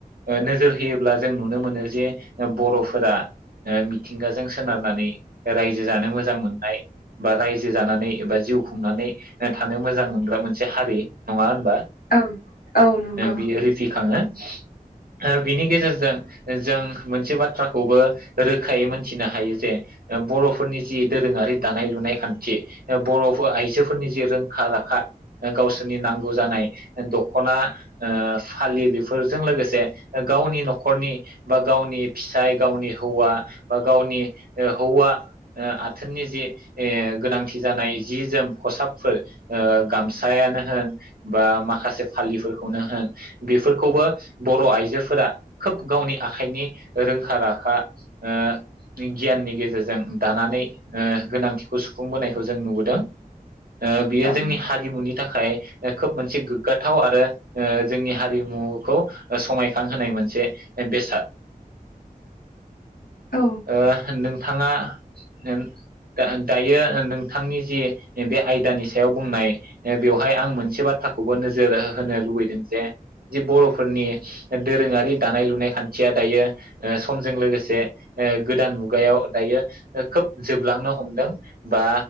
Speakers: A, on the right; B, on the left.
A: ओ नोजोर होयोब्ला जों नुनो मोनो जे बर'फोरा ओ मिथिंगाजों सोनारनानै रायजो जानो मोजां मोननाय बा रायजो जानानै एबा जिउ खुंनानै ओ थानो मोजां मोनग्रा मोनसे हारि नङा होनबा?
B: ओं औ नंगौ
A: ओ बियो रिफिखाङो । ओ बिनि गेजेरजों जों मोनसे बाथ्राखौबो रोखायै मोनथिनो हायो जे ओ बर'फोरनि जि दोरोङारि दानाय लुनाय खान्थि ओ बर' फो आइजोफोरनि जि रोंखा राखा ओ गावसोरनि नांगौ जानाय ओ दख खना ओ फालि बेफोरजों लोगोसे ओ गावनि न'खरनि बा गावनि फिसाय गावनि हौवा बा गावनि ओ हौवा ओ आथोननि जि ए गोनांथि जानाय जि जोम खसाबफोर ओ गामसायानो होन बा माखासे फालिफोरखौ खौनो होन बेफोर खौबो बर' आइजोफोरा खोब गावनि आखाइनि रोंखा राखा ओ गियाननि गेजेरजों दानानै ओ गोनांथिखौ सुफुंबोनायखौ जों नुबोदों । ओ बियो
B: औ
A: जोंनि हारिमुनि थाखाय ओ खोब मोनसे गोग्गा थाव आरो ओ जोंनि हारिमुखौ ओ समायखांहोनाय मोनसे ए बेसाद।
B: औ
A: ओ होनदों थाङा नेम गाओन दायो ओ नोंथांनि जि ए बे आयदानि सायाव बुंनाय ए बेवहाय आं मोनसे बाथ्राखौबो नोज जोर होनो लुबैदों जे जि बर'फोरनि दोरोङारि दानाय लुनाय खान्थिया दायो ओ समजों लोगोसे ओ गोदान मुगायाव दायो ओ खोब जोबलांनो हमदों बा